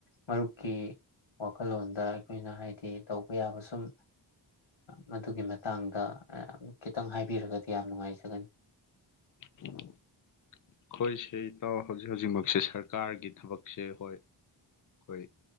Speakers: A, on the left (about 75°); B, on the left (about 45°).
A: ꯃꯔꯨꯞꯀꯤ ꯋꯥꯈꯜꯂꯣꯟꯗ ꯑꯩꯈꯣꯏꯅ ꯍꯥꯏꯗꯤ ꯇꯧꯕ ꯌꯥꯕ ꯁꯨꯝ ꯃꯗꯨꯒꯤ ꯃꯇꯥꯡꯗ ꯈꯤꯇꯪ ꯍꯥꯏꯕꯤꯔꯒꯗꯤ ꯌꯥꯝ ꯅꯨꯡꯉꯥꯏꯖꯒꯅꯤ
B: <unintelligible> ꯑꯩꯈꯣꯏ ꯁꯤ ꯇ ꯍꯧꯖꯤꯛ ꯍꯧꯖꯤꯛꯃꯛꯁꯦ ꯁꯔꯀꯥꯔꯒꯤ ꯊꯕꯛꯁꯦ ꯍꯣꯏ ꯑꯩꯈꯣꯏ